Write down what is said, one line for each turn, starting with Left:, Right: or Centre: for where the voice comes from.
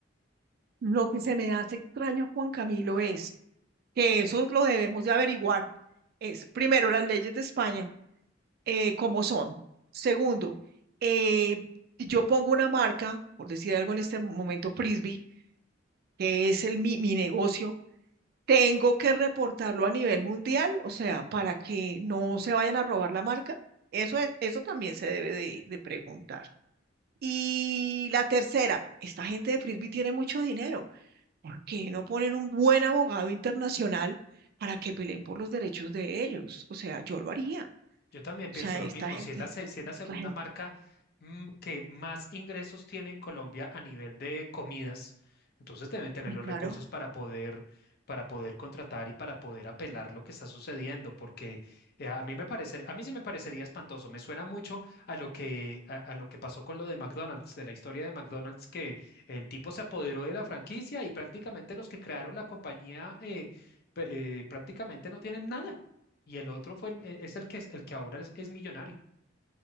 Right: Lo que se me hace extraño, Juan Camilo, es que eso lo debemos de averiguar. Es, primero, las leyes de España, eh, cómo son. Segundo, eh, si yo pongo una marca, por decir algo en este momento, Frisbee, que es el, mi, mi negocio, Tengo que reportarlo a nivel mundial, o sea, para que no se vayan a robar la marca. Eso es, eso también se debe de, de preguntar. Y la tercera, esta gente de Frisbee tiene mucho dinero. ¿Por qué no ponen un buen abogado internacional para que peleen por los derechos de ellos? O sea, yo lo haría.
Left: Yo también
Right: O
Left: pienso
Right: sea,
Left: lo
Right: esta
Left: mismo.
Right: gente,
Left: Si es la, se- si es la segunda
Right: esta gente,
Left: marca mm, que más ingresos tiene en Colombia a nivel de comidas, entonces deben tener
Right: y
Left: los
Right: claro.
Left: recursos para poder, para poder contratar y para poder apelar lo que está sucediendo, porque eh, a mí me parece, a mí sí me parecería espantoso. Me suena mucho a lo que, a, a lo que pasó con lo de McDonald's, de la historia de McDonald's, que el tipo se apoderó de la franquicia y prácticamente los que crearon la compañía eh, pe- eh, prácticamente no tienen nada. Y el otro fue el- e- es el que es el que ahora es, es millonario.